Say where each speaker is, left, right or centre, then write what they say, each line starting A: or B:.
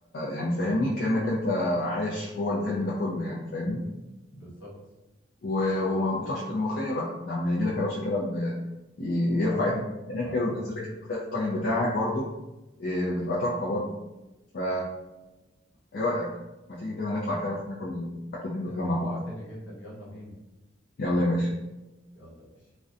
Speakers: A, on the left (about 50°); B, on the left (about 70°).
A: يعني فاهمني كأنك انت عايش جوه الفيلم ده كله يعني فاهمني
B: بالظبط
A: و- و- وطشت الملوخية بقى لما يجي لك يا باشا كده ب- ي-
B: اه
A: يرفع ايده في الاخر
B: اه
A: وينزل
B: اه
A: لك الملوخية في الطاجن بتاعك برضو إيه، بتبقى تحفة برضو فا ايه رأيك ما تيجي كده نطلع
B: آه.
A: كده بس ناكل اكل حلو
B: انت
A: كده مع
B: جوعتني
A: بعض
B: جدا يلا بينا
A: يلا يا باشا
B: يلا يا باشا